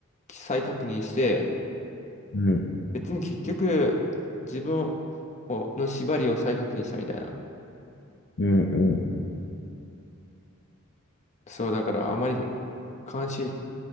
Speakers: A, on the left; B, on the left.
A: 再確認して、
B: うん。
A: 別に結局、自分をの縛りを再確認したみたいな。
B: うん、うん。
A: そう、だから、あまり監視